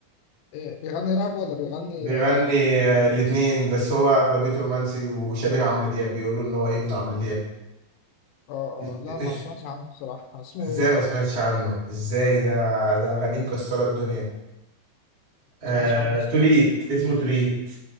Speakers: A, on the left (about 85°); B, on the right (about 70°).
A: إيه بيغني راب ولا بيغني
B: بيغني آه الاتنين بس هو اغلبيته رومانسي وشبيه عمرو دياب بيقولوا ان هو ابن عمرو
A: اه
B: دياب
A: اه لا ما سمعتش عنه بصراحه اسمه
B: ازاي
A: ايه طيب
B: ما سمعتش عنه ازاي ده ده اغانيه مكسره الدنيا آه...
A: ما سمعتش عنه الصراحه
B: توليت اسمه توليت